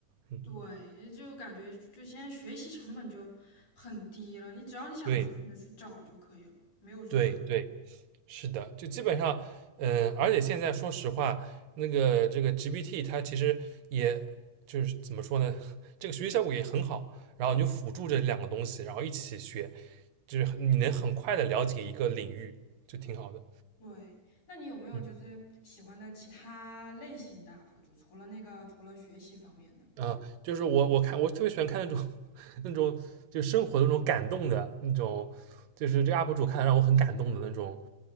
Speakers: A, on the right; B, on the left.
A: 嗯，
B: 对，就感觉就现在学习成本就很低了，你只要你想学，
A: 对
B: 你就去找就可以了，没有说找。
A: 对对。是的，就基本上，嗯、而且现在说实话，那个这个 GPT 它其实也就是怎么说呢，<laughs> 这个学习效果也很好，然后你就辅助这两个东西，然后一起学，就是你能很快的了解一个领域，就挺好的。
B: 对，那你有没有就是喜欢的其他类型的
A: 嗯
B: UP 主？除了那个，除了学习方面的
A: 啊，就是我我看我特别喜欢看那种 <laughs> 那种就生活的那种感动的那种，就是这个 UP 主看得让我很感动的那种，